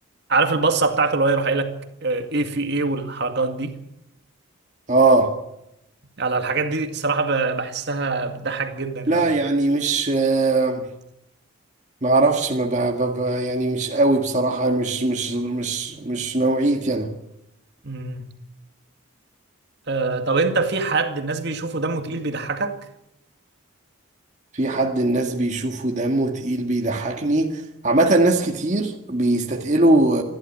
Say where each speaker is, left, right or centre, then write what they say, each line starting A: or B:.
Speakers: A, on the right; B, on the right.
A: عارف البصه بتاعته اللي هو يروح قايل لك آه، ايه في ايه والحركات دي
B: اه
A: على الحاجات دي صراحه ب- بحسها بتضحك جدا يعني
B: لا يعني مش آه، ما اعرفش ما ب... ب... ب- يعني مش قوي بصراحة مش مش مش مش نوعيتي انا
A: امم آه طب انت في حد الناس بيشوفوا دمه تقيل بيضحكك
B: في حد الناس بيشوفه دمه تقيل بيضحكني عامة ناس كتير بيستثقلوا